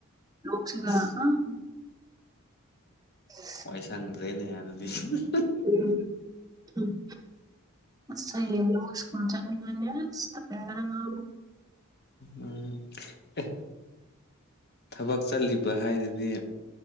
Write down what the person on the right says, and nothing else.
ꯂꯣꯛꯁꯤꯒ
ꯑꯥ <inaudible>
ꯎꯝ ꯎꯝ ꯑꯁ ꯍꯌꯦꯡꯗꯤ ꯑꯃꯨꯛ ꯁ꯭ꯀꯨꯜ ꯆꯠꯂꯨꯗꫭꯏꯅꯤ ꯑꯁ ꯇꯟꯕꯅ ꯉꯥꯎꯔꯦ